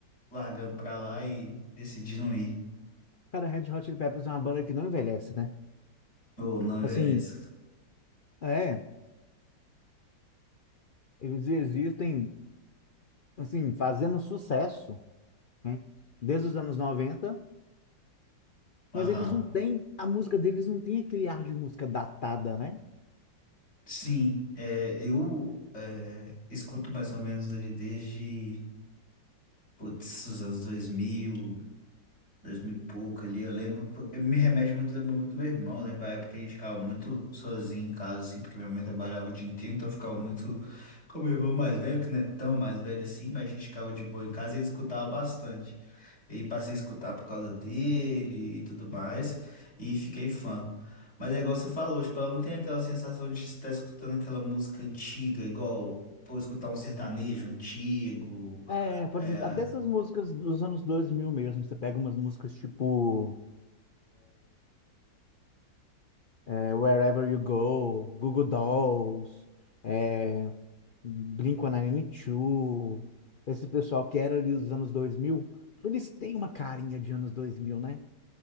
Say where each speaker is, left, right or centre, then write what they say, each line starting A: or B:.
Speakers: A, on the left; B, on the left.
A: largando pra lá e decidindo ir.
B: cara, Red Hot Chili Peppers é uma banda que não envelhece, né?
A: Ou não
B: Assim,
A: Everest.
B: é, eles existem, assim, fazendo sucesso, né? Desde os anos 90.
A: Aham.
B: mas eles não têm, a música deles não tem aquele ar de música datada, né?
A: Sim, é, eu é, escuto mais ou menos ali desde putz, os anos 2000, Dois mil e pouco ali, eu lembro. Eu me remete muito, lembro muito do meu irmão. eu Lembro a época que a gente ficava muito sozinho em casa, assim, porque minha mãe trabalhava o dia inteiro, então eu ficava muito com meu irmão mais velho, que não é tão mais velho assim, mas a gente ficava de boa em casa e ele escutava bastante. E aí passei a escutar por causa dele e tudo mais, e fiquei fã. Mas é igual você falou, tipo, eu não tenho aquela sensação de estar escutando aquela música antiga, igual, pô, escutar um sertanejo antigo,
B: É, por
A: é,
B: exemplo, até essas músicas dos anos 2000 mesmo, você pega umas músicas tipo é, Wherever You Go, Google Dolls, é, Blink-182, esse pessoal que era ali dos anos 2000, eles têm uma carinha de anos 2000, né?